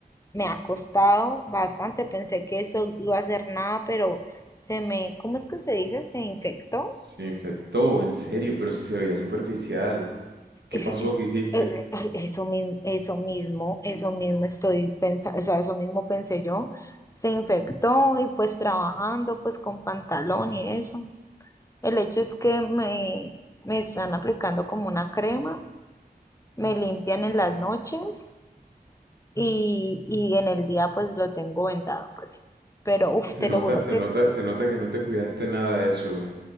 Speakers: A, on the left; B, on the right.
A: me ha costado bastante. Pensé que eso iba a ser nada, pero se me, ¿cómo es que se dice? Se infectó.
B: Se infectó, en serio, pero si se veía superficial.
A: <laughs>
B: ¿Qué
A: Es-
B: pasó?
A: es-
B: ¿Qué hiciste?
A: eh, eh, Eso mismo, eso mismo, eso mismo estoy pensando, o sea, eso mismo pensé yo. Se infectó y pues trabajando pues con pantalón y eso. El hecho es que me, me están aplicando como una crema, me limpian en las noches y, y en el día pues lo tengo vendado, pues. Pero uf,
B: Que se
A: te
B: nota,
A: lo juro
B: se
A: que
B: nota, se nota que no te cuidaste nada de eso, ve.